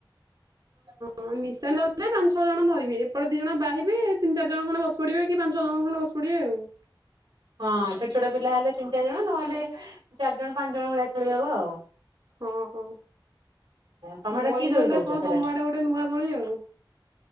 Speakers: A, on the right; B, on the right.
A: <inaudible>
B: ହଁ ନିଶାଣି ଦୋଳି ରେ ପାଞ୍ଚଛଅ ଜଣ ଧରିବେ ଏପଟେ ଦିଣ ବାହିବେ ତିନି ଚାରିଣ ଖଣ୍ଡ ବସି ପଡିବେ କି ପାଞ୍ଚଛ ଜଣ ଖଣ୍ଡେ ବସ ପଡ଼ିବେ ଆଉ।
A: ହଁ ଛୋଟ ଛୋଟ ପିଲା ହେଲେ ତିନି ଚାରି ଜଣ ନହେଲେ ଚାରିଜଣ ପାଞ୍ଚ ଜଣ ଭଳିଆ ଖେଳି ହବ ଆଉ।
B: ହଁ ହଁ
A: ତମେ ହେଟା
B: ମଇ
A: କି
B: ଦୋଳି
A: କହୁଛ
B: ଟା କଣ
A: ସେଟା?
B: ତମ ଆଡେ ଗୋଟେ ନୂଆ ଦୋଳି ଆଉ।